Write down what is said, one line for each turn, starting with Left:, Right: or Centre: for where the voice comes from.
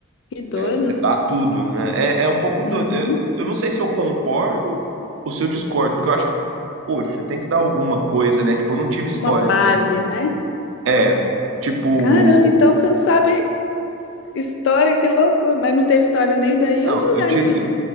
Left: Que doido.
Right: Você dá tudo, né? É, é um pouco doido.
Left: Uhum.
Right: Eu, eu não sei se eu concordo ou se eu discordo, porque eu acho que, poxa, tem que dar alguma coisa, né? Tipo, eu não tive história
Left: Uma base,
Right: no ensino. médio.
Left: né?
Right: É, tipo,
Left: Caramba, então você não sabe história, que loucura. Mas não teve história nem daí
Right: não,
Left: ou de lugar
Right: eu tive,
Left: nenhum.